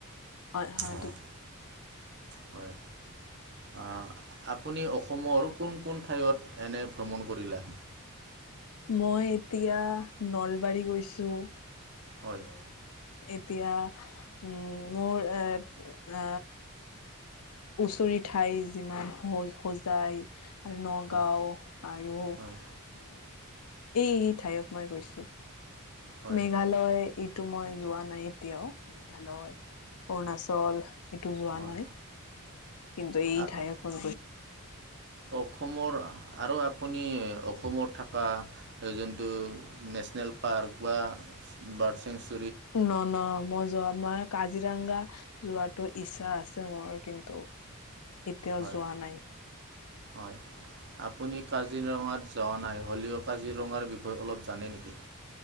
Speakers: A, on the left; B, on the right.
A: হয় হয়
B: অঁ
A: ট্ৰীট
B: হয়। আ আপুনি অসমৰ কোন কোন ঠাইত এনে ভ্ৰমণ কৰিলা?
A: মই এতিয়া নলবাৰী গৈছো
B: হয়।
A: আৰু এতিয়া উম মোৰ এ ওচৰে ঠাই যিমান হো-হোজায় নগাঁও
B: হয়
A: আৰু উম
B: হয়
A: এই ঠাইত মই গৈছো।
B: হয়
A: মেঘালয় ইটো মই যোৱা নাই এতিয়াও। মেঘালয়, অৰুণাচল এইটো
B: অঁ
A: যোৱা নাই, কিন্তু এই
B: অঁ
A: ঠাইত
B: অঁ
A: মই
B: অসমৰ আৰু আপুনি অসমত থকা যোনটো নেচনেল পাৰ্ক বা বাৰ্ড চেংচুু
A: <unintelligible> মই যোৱা মই, কাজিৰঙা যোৱাটো ইচ্ছা আছে মোৰ কিন্তু এতিয়াও
B: হয়
A: যোৱা নাই
B: হয়, আপুনি কাজিৰঙাত যোৱা নাই, হ'লেও কাজিৰঙাৰ বিষয়ে অলপ জানে নেকি